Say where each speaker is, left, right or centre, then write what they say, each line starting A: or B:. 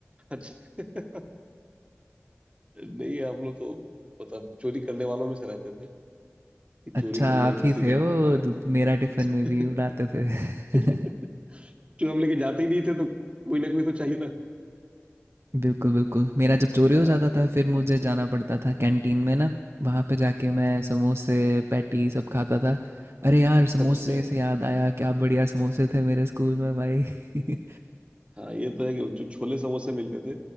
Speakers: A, on the right; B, on the right.
A: अच्छा नहीं हम लोग तो मतलब चोरी करने वालों में से रहते थे कि चोरी
B: अच्छा
A: कर लें
B: आप
A: किसी
B: ही थे
A: का
B: वो
A: हाँ
B: जो मेरा टिफ़िन में
A: <laughs>
B: भी उड़ाते थे <laughs>
A: क्यों हम लेके जाते ही नहीं थे तो कोई ना कोई तो चाहिए था
B: बिल्कुल बिल्कुल मेरा जब चोरी
A: हाँ,
B: हो जाता था फिर मुझे जाना पड़ता था कैंटीन में ना वहाँ पे जाके मैं समोसे पैटी सब खाता था अरे यार समोसे
A: अच्छा
B: से याद आया क्या बढ़िया समोसे थे मेरे स्कूल में भाई <laughs>
A: हाँ ये तो है कि जो छोले समोसे मिलते थे